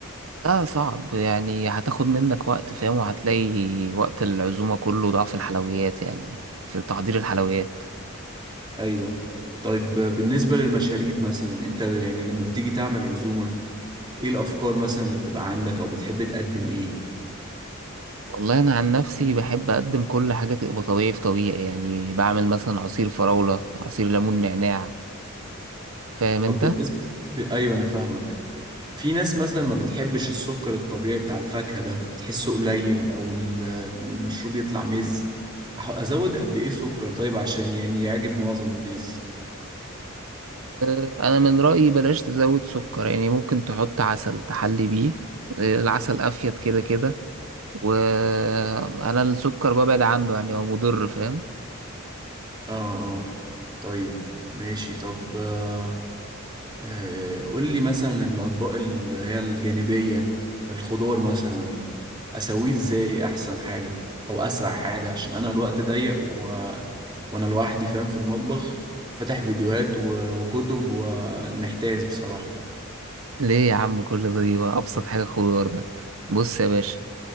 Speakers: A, on the right; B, on the right.
A: لا صعب يعني هتاخد منك وقت فاهم وهتلاقي وقت العزومة كله ضعف الحلويات يعني في تحضير الحلويات
B: أيوة طيب بالنسبة للمشاريب مثلا أنت يعني لما بتيجي تعمل عزومة إيه الأفكار مثلا اللي بتبقى عندك أو بتحب تقدم إيه؟
A: والله أنا عن نفسي بحب أقدم كل حاجة تبقى طبيعي في طبيعي يعني بعمل مثلا عصير فراولة عصير ليمون نعناع فاهم
B: طب
A: أنت
B: بالنسبة ب- أيوة أنا فاهمك في ناس مثلا ما بتحبش السكر الطبيعي بتاع الفاكهة ده بتحسه قليل أو ال- المشروب يطلع مز أح- أزود قد إيه سكر طيب عشان يعني يعجب معظم الناس
A: آه، انا من رايي بلاش تزود سكر يعني ممكن تحط عسل تحلي بيه آه، العسل افيد كده كده وانا السكر ببعد عنه يعني هو مضر فاهم
B: آه آه طيب ماشي طب آه آه، قول لي مثلا الأطباق اللي هي الجانبية الخضار مثلا أسويه إزاي أحسن حاجة أو أسرع حاجة عشان أنا الوقت ضيق وانا لوحدي فاهم في المطبخ فاتح فيديوهات و- وكتب والمحتاس بصراحة
A: ليه يا عم كل ده دي بقى ابسط حاجه خضار ده بص يا باشا